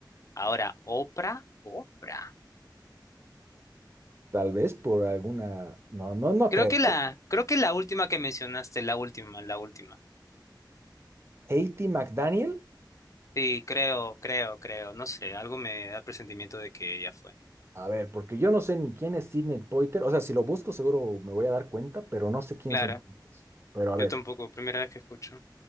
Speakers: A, on the left (about 40°); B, on the right (about 35°).
A: Ahora, Oprah, Oprah.
B: Tal vez por alguna... No, no, no
A: Creo
B: creo.
A: que la, creo que la última que mencionaste, la última, la última.
B: Haiti McDaniel.
A: Sí, creo, creo, creo, no sé, algo me da presentimiento de que ella fue.
B: A ver, porque yo no sé ni quién es Sidney Poitier. O sea, si lo busco seguro me voy a dar cuenta, pero no sé quién
A: Clara,
B: son. estos. Pero a ver,
A: yo tampoco, primera vez que escucho.